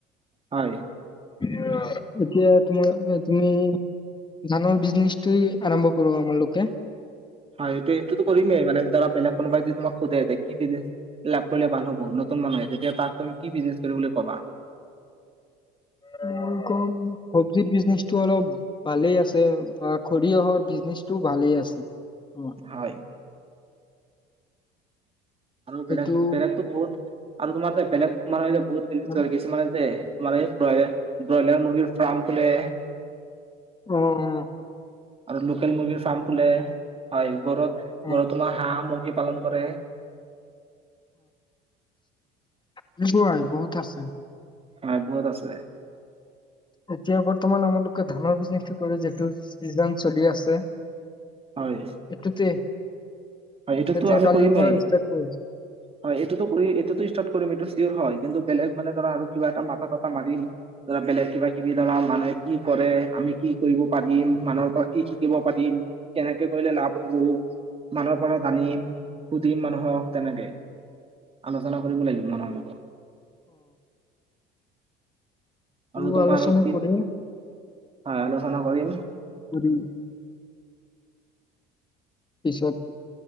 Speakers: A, on the right (about 25°); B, on the left (about 20°).
A: হয়।
B: এতিয়া তোমাৰ আ, তুমি ধানৰ বিজনেচটোৱেই আৰম্ভ কৰোঁ আমাৰালোকে
A: হয়, এইটো এইটোতো কৰিমেই মে ধৰা বেলেগ কোনোবাই যদি তোমাক সুধে কি বিজনেচ লাভ কৰিলে ভাল হ'ব নতুন মানুহে তেতিয়া তাক তুমি কি বিজনেছ কৰিব বুলি কবা?
B: <unintelligible> চবজিৰ বিজনেচটো অলপ ভালেই আছে বা খৰিয়হৰ বিজনেচটো ভালেই আছে। তোমাৰ
A: হয়। আৰু
B: সেইটো
A: বেলেগ বেলেগতো বহু আৰু তোমাৰ যে, বেলেগ মানুহে যে বহুত
B: অ
A: <unintelligible> কিছুমানে দে মানে প্ৰায় ব্ৰইলাৰ মুগীৰ ফাৰ্ম খোলে।
B: উম, উম।
A: আৰু লোকেল মুৰ্গীৰ ফ্ৰাম খোলে। হয়। ঘৰত,
B: উম,
A: ঘৰত তোমাৰ হাঁহ ম পালন কৰে।
B: উম, বাই বহুত আছে।
A: হয়, বহুত আছে।
B: এতিয়া বৰ্তমান আমালোকে ধানৰ বিজনেছটো কৰে যিটো চিজন চলি আছে। এইটোতে
A: হয় হয়, এইটোতো
B: তেতিয়া
A: আমি
B: কালিৰ
A: কৰিমেই
B: পৰা ষ্টাৰ্ট কৰিম।
A: হয় এইটোতো কৰি এইটোতো ষ্টাৰ্ট কৰিম এইটো হয় কিন্তু বেলেগ মানে ধৰা আৰু কিবা এটা মাথা ছাথা মাৰি ধৰা বেলেগ কিবা কিবি ধৰা মানুহে কি কৰে আমি কি কৰিব পাৰিম মানুহৰ পৰা কি শিকিব পাৰিম কেনেকে কৰিলে লাভ হ'ব, মানুহ পৰা জানিম, সুধিম মানুহক, তেনেকে। আলোচনা কৰিবলগীব মানুহৰ লগত।
B: ত
A: আৰু তোমাৰ
B: আলোচনা
A: কি
B: কৰি
A: হয়, আলোচনা কৰিম।
B: <unintelligible> পিছত